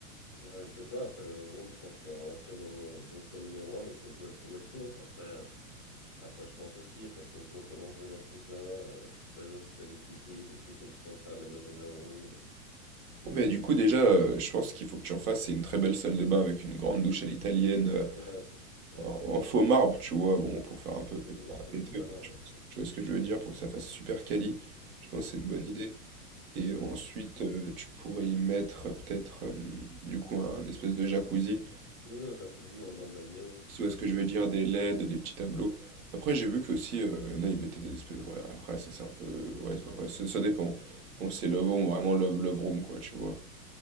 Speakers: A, on the left; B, on the right.
A: Ah, je sais pas, après la Love Room, je pense que ça va rentrer dans mon mon choix numéro un, mais faut que je vois le pour et le contre. Après, euh, après je pense aussi, après faut que je vois comment je rénove tout ça. euh, je sais pas toi, si t'as des petits tips, des trucs que tu penserais à mettre dans une Love Room, euh,
B: Mais du coup, déjà,
A: je
B: euh,
A: sais pas.
B: je pense qu'il faut que tu en fasses, c'est une très belle salle de bain avec une grande douche à l'italienne, euh,
A: Ouais, ça. ouais.
B: en faux marbre, tu vois, bon, pour faire un peu p-
A: Oui, non, je peux mettre du vrai marron
B: tu,
A: quand même.
B: tu vois ce que je veux dire, pour que ça fasse super quali, je pense que c'est une
A: Mhm.
B: bonne idée. Et ensuite, euh, tu pourrais y mettre euh, peut-être, euh, du coup, un espèce de jacuzzi,
A: Oui, un jacuzzi ou un bain balnéo,
B: si tu
A: quelque
B: vois ce
A: chose
B: que je
A: comme
B: veux dire,
A: ça.
B: des LED, des petits tableaux. Après, j'ai vu que aussi, euh, il y en a, ils mettaient des espèces... Ouais, après, ça c'est un peu... Ouais, c'est pas vrai, ça ça dépend. Bon, c'est love home, vraiment love, love room, quoi, tu vois.